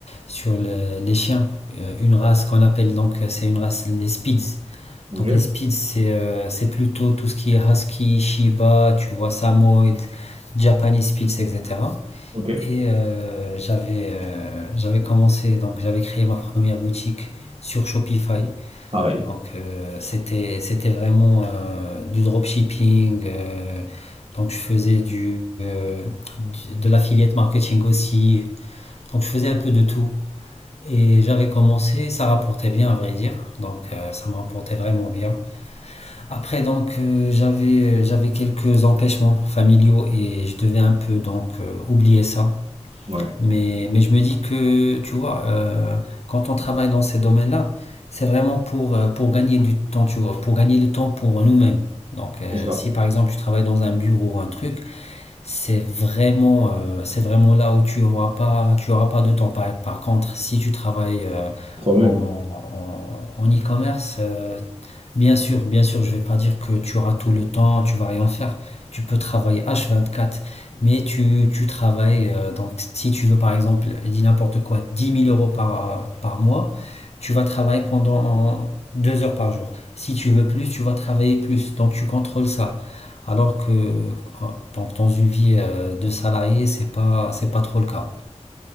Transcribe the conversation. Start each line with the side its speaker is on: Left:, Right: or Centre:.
Left: sur le- les chiens, Euh, une race
Right: Ok.
Left: qu'on appelle donc euh, c'est une race les Spitz.
Right: Ok.
Left: Donc les Spitz c'est euh, c'est plutôt tout ce qui est Husky, Shiba, tu vois Samoyed, Japanese Spitz, etc.
Right: Ok.
Left: Et euh, j'avais euh, j'avais commencé donc j'avais créé ma première boutique sur Shopify.
Right: Pareil.
Left: Donc euh, c'était c'était vraiment euh, du dropshipping. euh, donc je faisais du, euh, du- de l'affiliate marketing aussi. Donc je faisais un peu de tout. Et j'avais commencé, ça rapportait bien à vrai dire. Donc euh, ça me rapportait vraiment bien. Après donc euh, j'avais j'avais quelques empêchements familiaux et je devais un peu donc euh, oublier ça.
Right: Ouais,
Left: Mais, mais je me dis que, tu vois, euh, quand on travaille dans ces domaines-là, c'est vraiment pour, euh, pour gagner du temps, tu vois, pour gagner le temps pour nous-mêmes. Donc, euh,
Right: c'est ça.
Left: si par exemple tu travailles dans un bureau ou un truc, c'est vraiment, euh, c'est vraiment là où tu auras pas, tu auras pas de temps. Par, par contre, si tu travailles euh,
Right: Toi-même.
Left: en, en, en e-commerce, euh, Bien sûr, bien sûr, je ne vais pas dire que tu auras tout le temps, tu vas rien faire. Tu peux travailler H24, mais tu, tu travailles. euh, donc, si tu veux, par exemple, je dis n'importe quoi, 10 000 euros par, par mois, tu vas travailler pendant deux heures par jour. Si tu veux plus, tu vas travailler plus. Donc, tu contrôles ça. Alors que euh, donc, dans une vie euh, de salarié, c'est pas, c'est pas trop le cas.